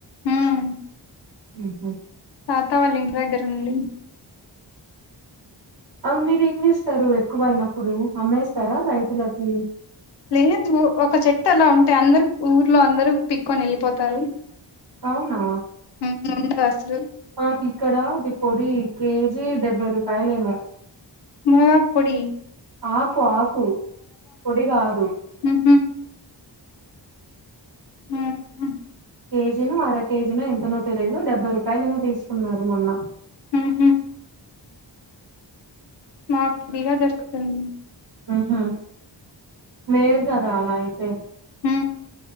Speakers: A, on the left; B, on the right.
A: ఉం
B: హు హామ్
A: తాతా వాళ్ళ ఇంటి దగ్గర ఉంది
B: ఆ మీరు ఏం చేస్తారు ఎక్కువయినప్పుడు అమ్మేస్తారా రైతులకి
A: లేదు ఒక చెట్టు అలా ఉంటే అందరు ఊర్లో అందరు పిక్కొని వెళ్ళిపోతారు.
B: అవునా
A: ఉండదు అసలు <unintelligible>
B: మాకు ఇక్కడ ది పొడి కేజీ డెబ్బై రూపాయలేమో
A: మునగాకు పొడి,
B: ఆకు ఆకు పొడి కాదు,
A: హు హామ్ <unintelligible>
B: కేజీను అర కేజీ ను ఎంతనో తెలియదు డెబ్బై రూపాయలుమో తీసుకున్నారు మొన్న
A: హు హామ్ మాకు ఫ్రీగా దొరుకుతుంది.
B: ఆహా మేల్ కదా అలా అయితే
A: ఉం